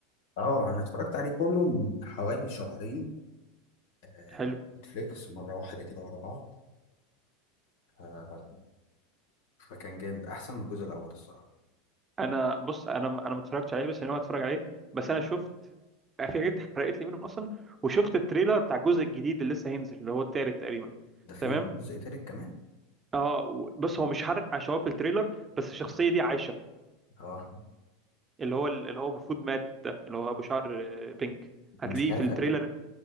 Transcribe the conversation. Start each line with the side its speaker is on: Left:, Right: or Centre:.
Left: اه انا اتفرجت عليه كله من حوالي شهرين آه،
Right: حلو
Left: نتفليكس مرة واحدة كده ورا بعض آه، فكان جامد احسن من الجزء الاول الصراحة
Right: انا بص انا انا ما اتفرجتش عليه بس انا ناوي اتفرج عليه بس انا شفت في حاجات اتحرقت لي منهم اصلا وشفت التريلر بتاع الجزء الجديد اللي لسه هينزل اللي هو التالت تقريبا
Left: ده فيه
Right: تمام
Left: جزء تالت كمان
Right: اه و- بص هو مش حرق عشان هو في التريلر بس الشخصيه دي عايشه
Left: اه
Right: اللي هو اللي هو المفروض مات ده اللي هو ابو شعر آه، بينك هتلاقيه
Left: مش عارف
Right: في التريلر
Left: ه-